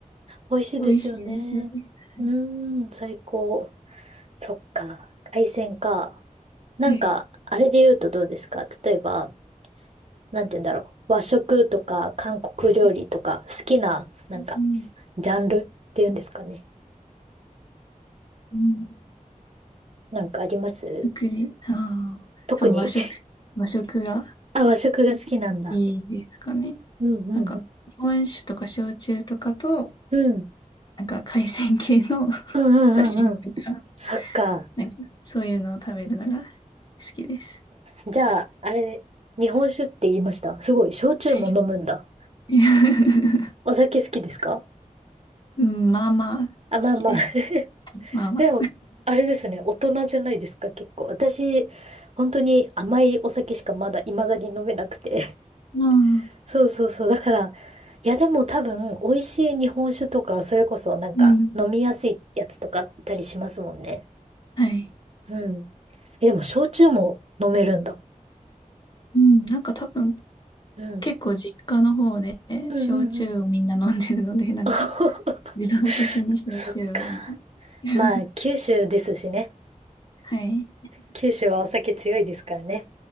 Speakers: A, on the right; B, on the left.
A: 美味しいですよね。
B: 美味しいですよね。は
A: うーん、最高。そっか。海鮮か。なんか、
B: い。
A: あれで言うとどうですか例えば、なんて言うんだろう。和食とか韓国料理とか好きな、
B: はい。
A: なんか
B: うん。
A: ジャンルっていうんですかね。
B: うん
A: なんかあります
B: 食事。ああ、
A: 特に
B: 多分和食、
A: <laughs>
B: 和食が
A: あ、和食が好きなんだ。
B: いいですかね。
A: うんうん
B: なんか、日本酒とか焼酎とかと、
A: うん。うん。
B: なんか海鮮系の <laughs>
A: うんうんうんうん。
B: 刺身とか、
A: そっか。
B: なんかそういうのを食べるのが好きです。
A: じゃあ、あれ、日本酒って言いました。すごい、焼酎も飲むんだ。
B: はい。<laughs>
A: お酒好きですか
B: うん、まあまあ、
A: あ、まあまあ。
B: 好きです。
A: <laughs>
B: まあまあ。
A: でも、あれですね、大人じゃないですか、結構。私、本当に甘いお酒しかまだ、未だに飲めなくて。
B: ああ、
A: そうそうそう。だから、いやでも多分、美味しい日本酒とか、それこそなんか、
B: うん。
A: 飲みやすいやつとかあったりしますもんね。
B: はい。
A: うん。え、でも、焼酎も飲めるんだ。
B: うん、なんか多分、
A: うん。
B: 結構実家の方で焼酎をみんな飲んでるので、
A: うんうんうん。
B: なんか
A: <laughs>
B: 自動的に焼酎を。
A: そっか。
B: <laughs>
A: まあ、九州ですしね。
B: はい。
A: 九州はお酒強いですからね。